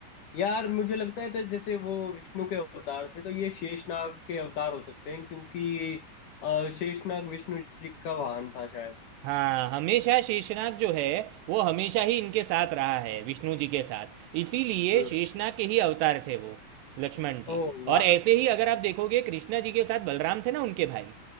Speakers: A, on the left; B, on the right.
A: यार मुझे लगता है तो जैसे वो विष्णु के अवतार थे तो ये शेषनाग के अवतार हो सकते हैं क्योंकि अ, शेषनाग विष्णु जी का वाहन था शायद
B: हाँ हमेशा शेषनाग जो है वो हमेशा ही इनके साथ रहा है विष्णु जी के साथ इसीलिए
A: हम्म
B: शेषनाग के ही अवतार थे वो लक्ष्मण जी
A: ओह वाह
B: और ऐसे ही अगर आप देखोगे कृष्णा जी के साथ बलराम थे ना उनके भाई